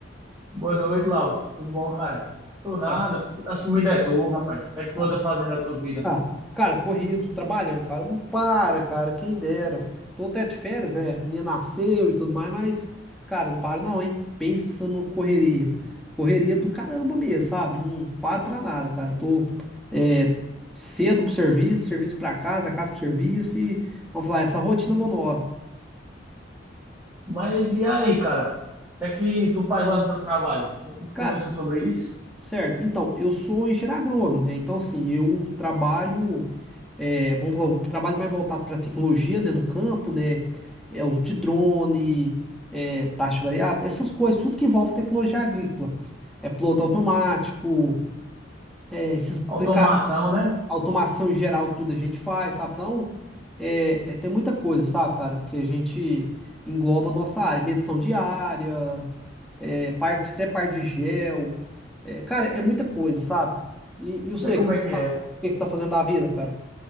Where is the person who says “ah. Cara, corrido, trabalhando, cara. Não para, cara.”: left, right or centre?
Centre